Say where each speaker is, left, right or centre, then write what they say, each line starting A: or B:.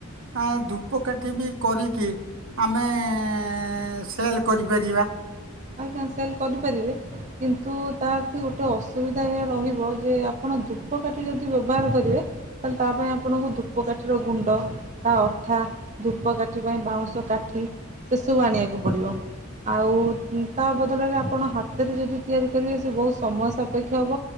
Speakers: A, on the right; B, on the right.
A: ଆଁ-ଧୂପକାଠି ବି କରିକି ଆମେ ଏଁ-ସେଲ୍ କରିପାରିବା।
B: ଆଜ୍ଞା ସେଲ୍ କରିପାରିବେ, କିନ୍ତୁ ତାଆଠି ଗୋଟେ ଅସୁବିଧା ଏଇଆ ରହିବ ଯେ ଆ ଆପଣ ଧୂପକାଠି ଯଦି ବ୍ୟବହାର କରିବେ ତା ପାଇଁ ଆପଣଙ୍କୁ ଧୂପ କାଠିର ଗୁଣ୍ଡ, ତା ଅଠା, ଧୂପ କାଠି ପାଇଁ ବା ବାଉଁଶ କାଠି ସେସବୁ ଆଣିବାକୁ ପଡ଼ିବ, ଆଉ ଉଁ-ତା ବଦଳରେ ଆପଣ ହାତରେ ଯଦି ତିଆରି କରିବେ ସେ ବୋହୁତ ସମସ୍ ସାପେକ୍ଷ ହବ